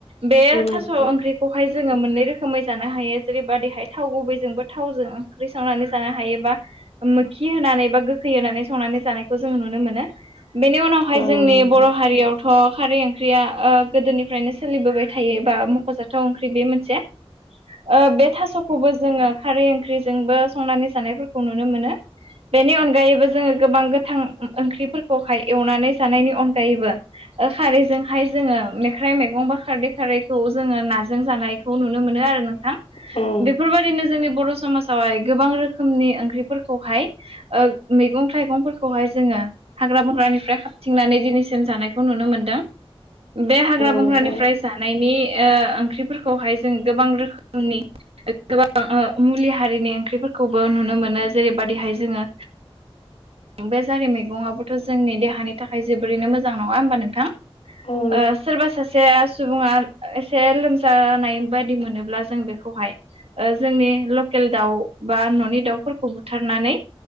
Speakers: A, on the right; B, on the left.
A: बे
B: औ नोंथां
A: थास' ओंख्रि खौहाय जोङो मोननै रोखोमै जानो हायो। जेरैबादिहाय थाव गुबैजोंबो थावजों ओंख्रि संनानै जानो हायो बा ओ मोखि होनानै बा गोखै होनानै संनानै जानायखौ जोङो नुनो मोनो। बेनि उनावहाय
B: औ
A: जोंनि
B: नोंथां
A: बर' हारियाव थ' खारै ओंख्रिया ओ गोदोनिफ्रायनो सोलिबोबाय थायो बा मख'जाथाव ओंख्रि बे मोनसे। ओ बे थास'खौबो जोङो खारै ओंख्रिजोंबो संनानै जानायफोरखौ नुनो मोनो। बेनि अनगायैबो जोङो गोबां गोथां ओंख्रिफोरखौहाय एवनानै जानायनि अनगायैबो ओ खारैजोंहाय जोङो मेख्राइ मैगं बा खारदै खारैखौ जोङो नाजों जानाय खौ नुनो मोनो आरो नोंथां।
B: औ औ
A: बेफोरबायदिनो जोंनि बर' समाजावहाय गोबां रोखोमनि ओंख्रिफोरखौहाय ओ मैगं थाइगंफोरखौहाय जोंङो हाग्रा बंग्रानिफ्राय हाबथिंनानै दिनैसिम जानायखौ नुनो मोनदों बे हाग्रा
B: नोंथां
A: बंग्रानिफ्राय जानायनि ओ ओंख्रिफोरखौहाय जों गोबां रोखोमनि गोबां ओ मुलि हारिनि ओंख्रिफोरखौबो नुनो मोनो जेरैबादिहाय जोंङो बे जारि मैगंआबोथ' जोंनि देहानि थाखाय जोबोरैनो मोजां नङा होमबा नोंथां।
B: औ नोंथां औ
A: ओ सोरबा सा एसे सुबुंङा एसे लोमजानाय बायदि मोनोब्ला जों बेखौहाय ओ जोंनि लकेल दाउ बा न'नि दाउफोरखौ बुथारनानै